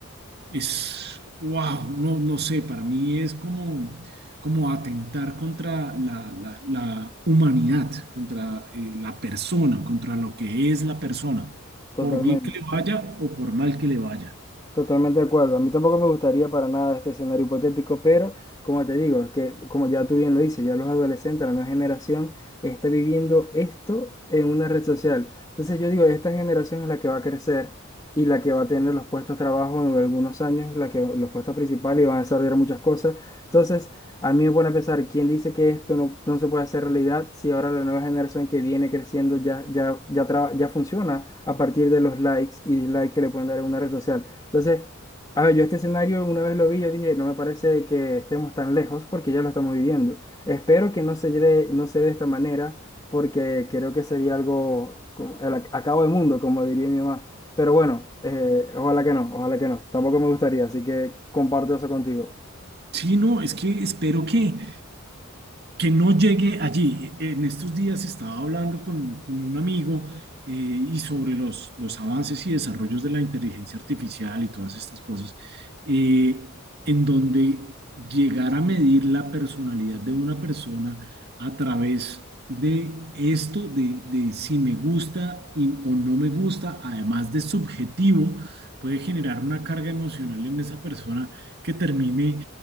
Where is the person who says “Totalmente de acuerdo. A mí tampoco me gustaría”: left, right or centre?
Left